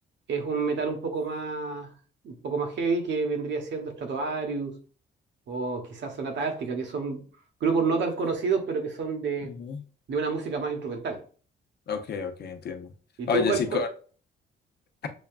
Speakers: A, on the right; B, on the left.
A: es un metal un poco más, un poco más heavy que vendría siendo Stratovarius o quizás Sonata Ártica, que son grupos no tan conocidos, pero que son de,
B: ujú.
A: de una música más instrumental.
B: Ok, ok, entiendo.
A: ¿Y
B: Oye,
A: tú cuál,
B: sí,
A: cuál-
B: <laughs>